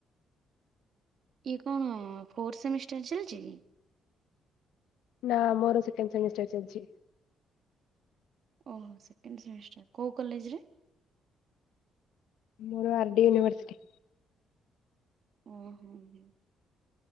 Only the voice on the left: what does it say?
ନା ମୋର ସେକଣ୍ଡ ସେମିଷ୍ଟାର ଚାଲିଛି।
ମୋର ଆର ଡି ୟୁନିଭର୍ସିଟି।